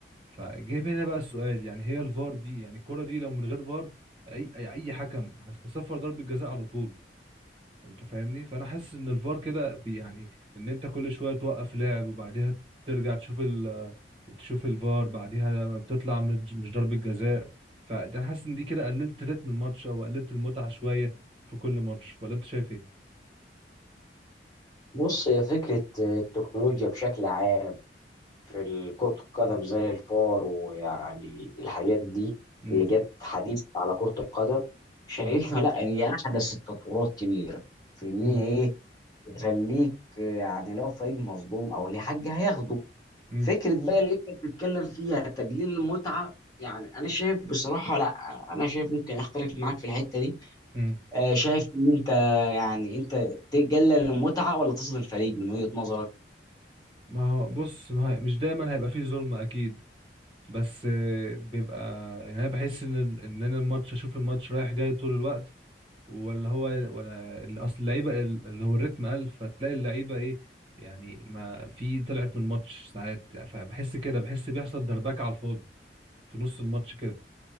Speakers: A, on the right; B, on the left.
A: فجه هنا بقى السؤال يعني هي الفار دي يعني الكرة دي لو من غير فار اي اي أي حكم هيصفر ضربة جزاء على طول انت فاهمني فانا حاسس ان الفار كده بي- يعني ان انت كل شويه توقف لعب وبعديها ترجع تشوف ال... تشوف الفار بعديها تطلع من- مش ضربه جزاء فانا حاسس ان دي كده قللت رتم الماتش او قللت المتعه شويه في كل ماتش ولا انت شايف ايه
B: بص هي فكرة التكنولوجيا بشكل عام في كرة القدم زي الفار ويعني الحاجات دي
A: امم
B: اللي جت حديث على كرة القدم شايفها
A: امم
B: لا إن هي أحدث التطورات كبيرة في إن
A: امم
B: هي إيه تخليك يعني لو فريق مظلوم أو ليه حاجة هياخده
A: امم
B: فكرة بقى اللي أنت بتتكلم فيها تجليل المتعة يعني أنا شايف بصراحة لا أنا شايف ممكن أختلف معاك في الحتة دي
A: امم
B: آه، شايف ان انت يعني انت تقلل المتعه ولا تظلم فريق من وجهه نظرك؟
A: ما هو بص ما هي- مش دايما هيبقى فيه ظلم اكيد بس آه، بيبقى يعني انا بحس ان ال- ان انا الماتش اشوف الماتش رايح جاي طول الوقت ولا هو ولا اصل اللعيبه ال- اللي هو الريتم قل فتلاقي اللعيبه ايه يعني ما في طلعت من الماتش ساعات يعني فبحس كده بحس بيحصل دربكه على الفاضي في نص الماتش كده